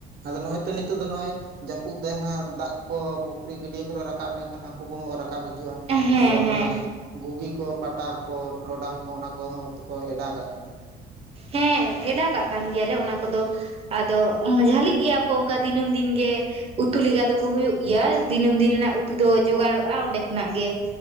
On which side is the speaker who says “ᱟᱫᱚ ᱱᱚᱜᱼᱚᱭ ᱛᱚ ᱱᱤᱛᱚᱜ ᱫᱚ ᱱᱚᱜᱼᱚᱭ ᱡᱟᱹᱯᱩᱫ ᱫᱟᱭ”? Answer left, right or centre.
Right